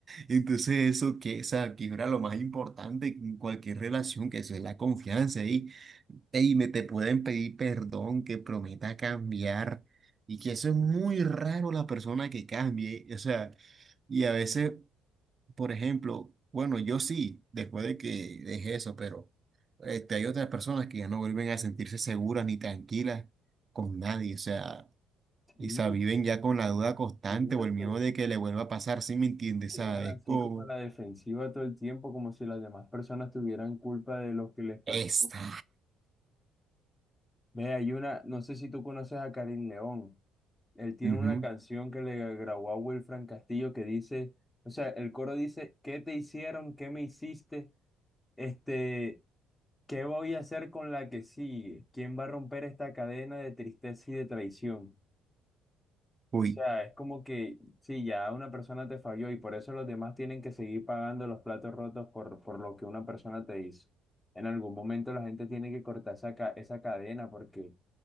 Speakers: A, on the right (about 40°); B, on the left (about 15°).
A: Entonces, eso que, o sea, quiebra lo más importante en cualquier relación, que eso es la confianza. Y, ey, me te pueden pedir perdón, que prometa cambiar. Y que eso es muy raro la persona que cambie. O sea, y a veces por ejemplo, bueno, yo sí, después de que dejé eso, pero este, hay otras personas que ya no vuelven a sentirse seguras ni tranquilas con nadie, o sea,
B: sí,
A: y se viven ya con la duda constante
B: cierto.
A: o el miedo de que le vuelva a pasar, ¿sí me entiendes?
B: Quedan
A: O sea, es
B: así
A: como,
B: como a la defensiva todo el tiempo, como si las demás personas tuvieran culpa de lo que les pasó.
A: esta.
B: Ve, hay una, no sé si tú conoces a Karim León. Él tiene
A: Ujú.
B: una canción que le grabó a Wilfran Castillo que dice, o sea, el coro dice, ¿qué te hicieron? ¿Qué me hiciste? Este, ¿qué voy a hacer con la que sigue? ¿Quién va a romper esta cadena de tristeza y de traición?
A: Uy,
B: O sea, es como que sí, ya una persona te falló y por eso los demás tienen que seguir pagando los platos rotos por, por lo que una persona te hizo. En algún momento la gente tiene que cortar esa, ca- esa cadena porque